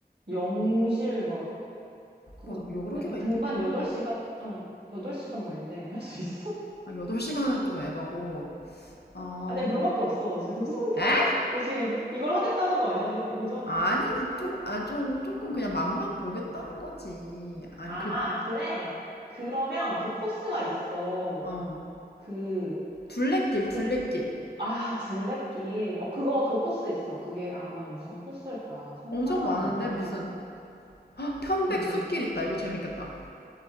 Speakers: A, on the right; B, on the left.
A: 영실 막, 그,
B: 맞아, 뭐 여러
A: 야,
B: 개가
A: 등반
B: 있긴 했는데.
A: 8시간, 여덟 시간 걸린대. <laughs> 할 수 있어? <laughs>
B: 아, 8시간은 좀 에바고. 어,
A: 아니, 야 그거밖에 없어. 지금 <laughs> 송판,
B: 에?
A: 너 지금 이, 이걸 하겠다는 거 아니야? 지금 오전.
B: 아니, 조, 아, 조금, 조금 그냥 맛만 보겠다는 거지. 아니,
A: 아,
B: 그,
A: 그래. 그러면 그 코스가 있어.
B: 어.
A: 그,
B: 둘레길, 둘레길.
A: 그, 그 아, 둘레길. 어, 그거, 그 코스 있어. 그게 아마 무슨 코스일 거야. 성판악
B: 엄청 많은데,
A: 아니면.
B: 무슨. 아, 편백
A: 응,
B: 숲길
A: 응.
B: 있다. 이거 재밌겠다.